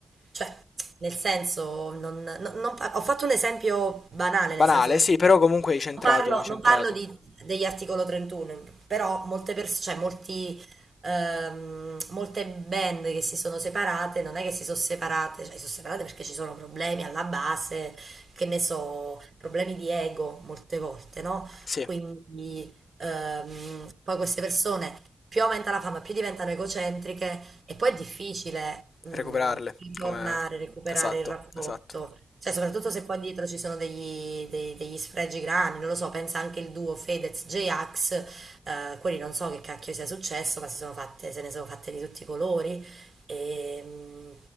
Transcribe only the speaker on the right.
cioè, nel senso, non- non- non par- ho fatto un esempio banale,
nel senso che
non parlo,
non parlo di- degli articolo 31, però molte persone, cioè molti ehm, molte band che si sono separate, non è che si sono separate, cioè si sono separate perché ci sono problemi alla base, che ne so, problemi di ego molte volte, no?
Quindi ehm, poi queste persone più aumenta la fama, più diventano egocentriche e poi è difficile mh,
ritornare,
recuperare
il rapporto.
Cioè, soprattutto se qua dietro ci sono degli, dei- degli sfregi grandi, non lo so, pensa anche il duo Fedez-J-Ax, eh, quelli non so che cacchio sia successo, ma si sono fatte, se ne sono fatte di tutti i colori. E, mm,